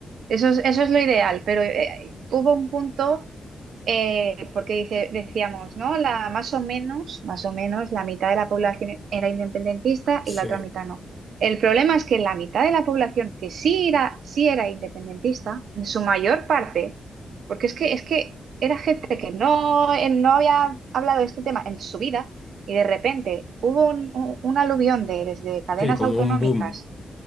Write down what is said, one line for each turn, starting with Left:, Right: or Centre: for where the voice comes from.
Right: Eso es, eso es lo ideal, pero eh, hubo un punto eh, porque dice, decíamos, ¿no? La, más o menos, más o menos, la mitad de la población era independentista
Left: Sí,
Right: y la otra mitad no. El problema es que la mitad de la población que sí era, sí era independentista, en su mayor parte, porque es que, es que era gente que no, eh, no había hablado de este tema en su vida, y de repente hubo un, un- un aluvión de desde cadenas
Left: sí, como
Right: autonómicas
Left: un boom.